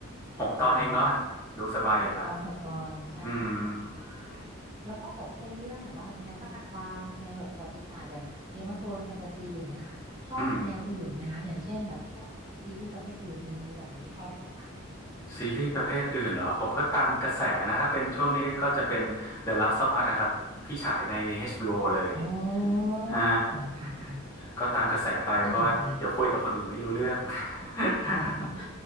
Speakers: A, on the left (about 15°); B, on the right (about 20°).
A: หกตอนเองเนาะ
B: ได้เลยค่ะ
A: ดูสบายอยู่ละ
B: หกตอนหกตอนใช่ค่ะสบายสบายแล้วนอกจากถ้าเป็นเรื่องแบบว่าแนวฆาตกรรมแนวแบบประวัติศาสตร์อย่างเกมออฟโธรนแฟนตาซีอย่างเงี้ยค่ะชอบแนวอื่นไหมคะอย่างเช่นแบบพวกซีรีส์ประเภทอื่นมีมีแบบไหนที่ชอบเห็นไหมคะ
A: อืมอืมซีรีส์ประเภทอื่นเหรอผมก็ตามกระแสนะถ้าเป็นช่วงนี้ก็จะเป็น The Last of Us อะครับที่ฉายใน HBO เลย
B: อ๋อ
A: อ่า
B: ค่ะค่ะ
A: ก็ตามกระแสไปเพราะว่าเดี๋ยวคุยกับคนอื่นไม่รู้เรื่อง
B: น่าสนใจ
A: <laughs>
B: เอา <laughs>